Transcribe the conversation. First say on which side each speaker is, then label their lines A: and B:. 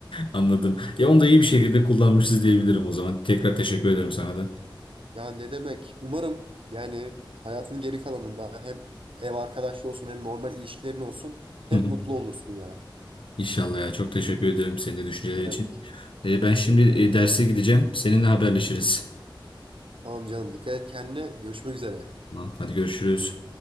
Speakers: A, on the left; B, on the right.
A: Anladım. Ya onu da iyi bir şekilde kullanmışız diyebilirim o zaman. Tekrar teşekkür ederim sana da.
B: Ya ne demek? Umarım yani hayatının geri kalanında hem ev arkadaşlığı olsun hem normal ilişkilerin olsun hep
A: Hı hı.
B: mutlu olursun ya.
A: İnşallah ya. Çok teşekkür ederim senin de düşünceleri
B: Ne demek?
A: için. E, ben şimdi e, derse gideceğim. Seninle haberleşiriz.
B: Tamam canım. Dikkat et kendine. Görüşmek üzere.
A: Tamam, hadi görüşürüz.